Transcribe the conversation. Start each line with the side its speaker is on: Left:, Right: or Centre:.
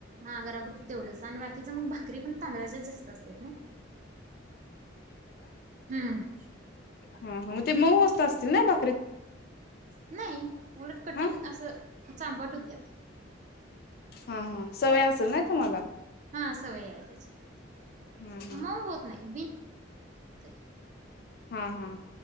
Right: हा घरा पुरतं तेवढंच आणि बाकी तिथं मंग भाकरी पण तांदळाच्याच जास्त असत्यात नं हम्म
Left: अंहं ते मऊ होत असतील नाय बा
Right: नाही उलट कठीण
Left: हा
Right: असं चांबट होत्यात
Left: हंहं सवय असल नाही तुम्हाला?
Right: हं सवय आहे त्याची
Left: हा
Right: मऊ होत नाही <unintelligible>
Left: हा हा